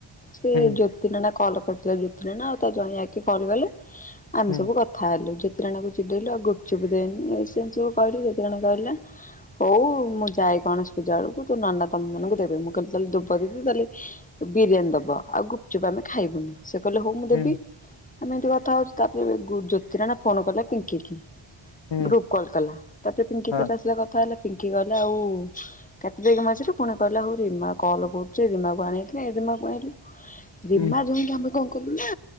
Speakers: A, on the left (about 15°); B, on the left (about 60°).
A: ସେ
B: ହୁଁ
A: ଜ୍ୟୋତି ନାନା କଲ କରି। ଜୋତି ନାନା ଆଉ ତା ଜଁଇ ଆକେ କଲ କଲେ ଆମେ
B: ହୁଁ
A: ସବୁ କଥା ହେଲୁ। ଜୋତି ନାନା କୁ ଚିଡେଇଲୁ ଆଉ ଗୁପଚୁପ ଦେଇନୁ ଇଏ ସିଏ ଏମିତି ସବୁ କହିଲୁ ଜୋତି ନାନା କହିଲା ହଉ ମୁଁ ଯାଏ। ଗଣେଷ ପୂଜା ବେଳକୁ ତୋ ନାନା ତମ ଦିଜଣ କୁ ଦେବେ ମୁଁ କିଇଲି ତାହେଲେ ଦ କରିବୁ ତାହେଲେ ବିରିୟାନି ଦବ ଆଉ ଗୁପଚୁପ ଆମେ ଖାଇବୁନି ସେ କହିଲେ ହଉ ମୁଁ
B: ହୁଁ
A: ଦେବି। ଆମେ ଏମିତି କଥା ହଉଛୁ ତାପରେ ଜ୍ୟୋତି ନାନା ଫୋନ କଲେ ପିଙ୍କିି କି।
B: ହୁଁ
A: ଗ୍ରୁପ କଲ୍ କଲା ତାପରେ ପିଙ୍କିି
B: ହଁ
A: ତାର ଆସିଲା କଥା ହେଲା। ପିଙ୍କି କଇଲା ଆଉ କାଟି ଦେଇକି ମଝିରୁ ପୁଣି କହିଲା ହଉ ରିମା କଲ୍ କରୁ ରୁଚି ରିମାକୁ ଆଣିବାକି ରିମା କୁ ଆଣିଲୁ ରୀମା
B: ହୁଁ।
A: ଯଇଁ କି ଆମେ କଣ। କୁଲୁନା